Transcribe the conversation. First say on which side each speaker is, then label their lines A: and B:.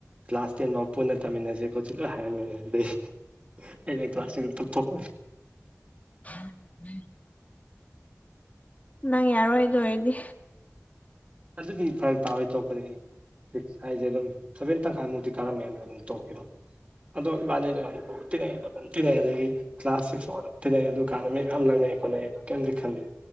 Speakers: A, on the right (about 25°); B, on the left (about 30°).
A: ꯀ꯭ꯂꯥꯁ ꯇꯦꯟꯕꯥꯎ ꯄꯨꯟꯅ ꯇꯝꯃꯤꯟꯅꯖꯦ ꯈꯣꯠꯁꯦ ꯂꯣꯏ ꯍꯥꯏꯔꯝꯃꯤꯅꯤ ꯑꯗꯩ ꯑꯩꯅ ꯀ꯭ꯂꯥꯥꯁ ꯇꯦꯟꯗ ꯇꯣꯛꯊꯣꯛꯄ
B: <unintelligible> ꯅꯪ ꯌꯥꯔꯣꯏꯗ ꯑꯗꯨ ꯑꯣꯏꯔꯗꯤ
A: ꯑꯗꯨꯗꯤ ꯐꯔꯛ ꯇꯥꯕꯩ ꯇꯣꯛꯄꯅꯦꯍꯦ ꯁꯤꯛꯁ ꯍꯥꯏꯁꯦ ꯑꯗꯨꯝ ꯁꯚꯦꯟ ꯇꯪꯈꯥꯏꯃꯨꯛꯇꯤ ꯀꯥꯔꯝꯃꯦ ꯑꯗꯨꯝ ꯇꯣꯛꯈꯤꯕ ꯑꯗꯣ ꯏꯕꯥꯅꯤꯗꯣ ꯌꯥꯝ ꯂꯨ ꯇꯤꯟꯅꯩ ꯑꯗꯨꯝ ꯇꯤꯟꯅꯩ ꯑꯗꯒꯤ ꯀ꯭ꯂꯥꯁ ꯁꯤꯛꯁ ꯐꯥꯎ ꯑꯗꯨꯝ ꯇꯤꯟꯅꯩ ꯑꯗꯨ ꯀꯥꯟꯗ ꯃꯤ ꯃꯌꯥꯝ ꯂꯪꯅꯩ ꯈꯣꯠꯅꯩ ꯑꯗꯣ ꯀꯩꯝꯗꯤ ꯈꯟꯗꯦ